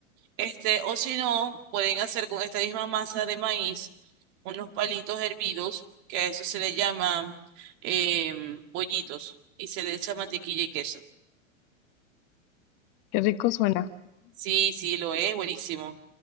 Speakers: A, on the right; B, on the left.
A: Este, o si no, pueden hacer con esta misma masa de maíz unos palitos hervidos, que a eso se le llaman em, bollitos, y se le echa mantequilla y queso.
B: qué rico suena.
A: Sí, sí, lo es, buenísimo.